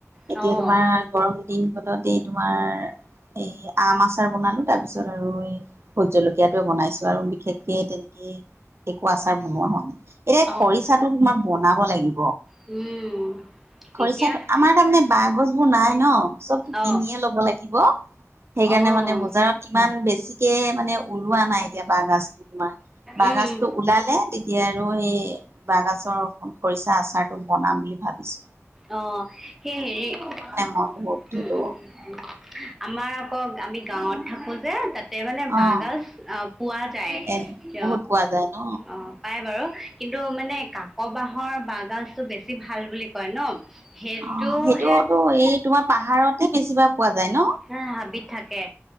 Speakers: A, on the right; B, in the centre.
A: এতিয়া
B: অ'
A: তোমাৰ গৰম দিনকনতে তোমাৰ এ আম আচাৰ বনালো তাৰ পিছত আৰু এই ভোট জলকীয়াটো বনাইছো আৰু বিশেষকে তেনে এ একো আচাৰ বনোৱা হোৱা নাই, এতিয়া
B: অ'
A: খৰিচাটো তোমাৰ বনাব লাগি
B: উম।
A: খৰিচাটো
B: এতিয়া
A: আমাৰ তাৰমানে বাঁহগছবোৰ নাই ন চবতো কিনিয়ে
B: অ'
A: ল'ব লাগিব। সেইকাৰণে
B: অ'
A: মানে
B: উম
A: বজাৰত ইমান বেছিকে মানে ওলোৱা নাই এতিয়া বাঁহ গাজটো তোমাৰ। বাঁহ
B: উম
A: গাজটো ওলালে তেতিয়া মই এই বাঁহগাজৰ খৰিচা আচাৰটো বনাম বুলি ভাবিছোঁ।
B: অ সেই হেৰি উম
A: মই বহুত সেইটো
B: উম উম। আমাৰ আকৌ আমি গাঁৱত থাকো যে তাত তে মানে
A: অ',
B: বাঁহগাজ পোৱা যায়
A: এ
B: ক,
A: বহুত পোৱা যায় ন
B: অ পায় বাৰু। কিন্তু মানে কাক বাহৰ বাঁহগাজটো বেছি ভাল বুলি কয় ন। সেইটোহে
A: অ সেইটোতো এই তোমাৰ পাহাৰতে বেছিভাগ পোৱা যায় ন?
B: হা হাবিত থাকে।